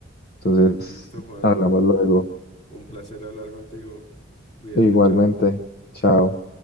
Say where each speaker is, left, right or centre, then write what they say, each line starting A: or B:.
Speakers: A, on the left (about 55°); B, on the left (about 35°).
A: Entonces,
B: Listo, Juan,
A: hablamos luego.
B: un placer hablar contigo. Cuídate,
A: Igualmente.
B: chao.
A: Chao.